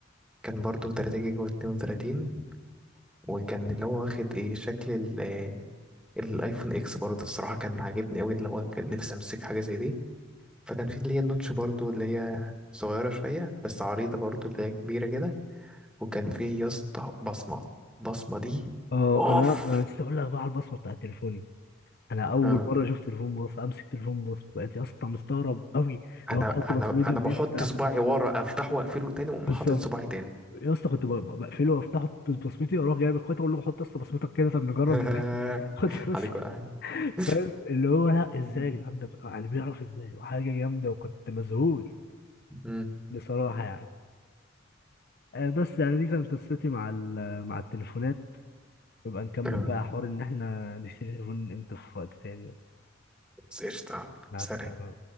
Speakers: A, in the centre; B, on the left.
A: كان برضه 3 جيجا و 32 وكان اللي هو واخد ايه شكل ال- الايفون اكس برضه الصراحة كان عاجبني قوي اللي هو كان نفسي امسك حاجة زي دي فكان في اللي هي النوتش برضو اللي هي صغيرة شوية بس عريضة برضو اللي هي كبيرة كده وكان في يا اسطى بصمة البصمة دي
B: اه
A: اوف
B: انا انا لسه اقول لك بقى على البصمه بتاعت تليفوني انا اول
A: آه.
B: مره شفت تليفون باص امسك تليفون باص بقيت يا اسطى مستغرب قوي
A: انا
B: لو بحط
A: انا
B: بصمتي
A: انا
B: وبيفتح
A: بحط صباعي ورا افتحه واقفله تاني واقوم
B: بالظبط
A: حاطط صباعي تاني
B: يا اسطى كنت ب- ب- بقفله وافتحه ببصمتي واروح جايب اخواتي اقول لهم حط يا اسطى بصمتك كده طب نجرب
A: <laughs>
B: نتاكد <laughs> حط يا اسطى
A: عليك ولا حاجة <laughs>
B: فاهم اللي هو لا ازاي
A: مم.
B: يا جدعان ده بقى- يعني بيعرف ازاي وحاجه جامده وكنت مذهول
A: مم.
B: بصراحه يعني آه، بس يعني دي كانت قصتي مع ال- مع التليفونات نبقى نكمل
A: آه.
B: بقى حوار ان احنا نشتري تليفون امتى في وقت تاني بقى.
A: بس قشطة
B: مع
A: سلام
B: السلامه